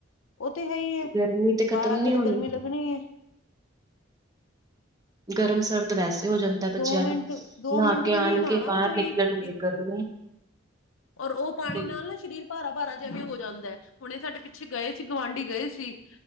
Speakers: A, on the left; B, on the right.
A: ਉਹ ਤੇ ਹੈ ਹੀ ਹੈ
B: ਗਰਮੀ ਤੇ
A: ਬਾਹਰ
B: ਖਤਮ
A: ਆ
B: ਨਹੀਂ
A: ਕੇ ਤੇ
B: ਹੋਣੀ।
A: ਗਰਮੀ ਲੱਗਣੀ ਹੈ
B: ਗਰਮ ਸਰਦ ਵੈਸੇ, ਹੋ ਜਾਂਦਾ ਬੱਚਿਆਂ
A: ਦੋ ਮਿੰਟ
B: ਨੂੰ,
A: ਦੋ
B: ਨਹਾ
A: ਮਿੰਟ
B: ਕੇ
A: ਵੀ
B: ਆਉਣਗੇ
A: ਨੀ ਨਹਾਣਾ
B: ਬਾਹਰ
A: ਉਹੀ
B: ਨਿਕਲਣਗੇ ਗਰਮੀ
A: ਔਰ ਉਹ, ਪਾਣੀ
B: ਤੇ
A: ਨਾਲ ਨਾ, ਸਰੀਰ ਭਾਰਾ ਭਾਰਾ ਜਿਹਾ ਵੀ ਹੋ ਜਾਂਦਾ, ਹੁਣ ਇਹ ਸਾਡੇ ਪਿੱਛੇ ਗਏ ਸੀ ਗੁਵਢੀ ਗਏ ਸੀ। ਠੀਕ,